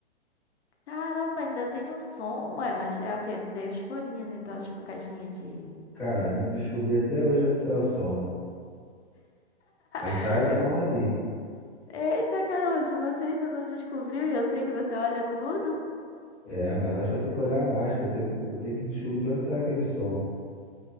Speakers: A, on the left; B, in the centre.
A: Caramba, ainda tem o som. Ué, mas é o quê? Tem os furinhos, então, tipo caixinha de.
B: Cara, eu não descobri até hoje onde sai o som. Mas
A: <laughs>
B: sai o som
A: Eu-
B: ali.
A: Eita, caramba, se você ainda não descobriu, e eu sei que você olha tudo.
B: É, mas acho que eu tenho que olhar mais, que eu tenho, eu tenho que descobrir de onde sai aquele som.